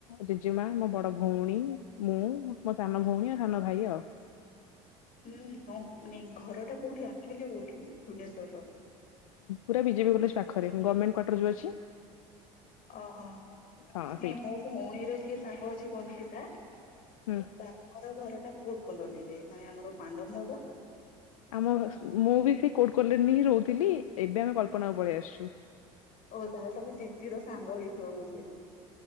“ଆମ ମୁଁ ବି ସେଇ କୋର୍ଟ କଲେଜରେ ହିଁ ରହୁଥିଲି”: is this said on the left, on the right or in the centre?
Left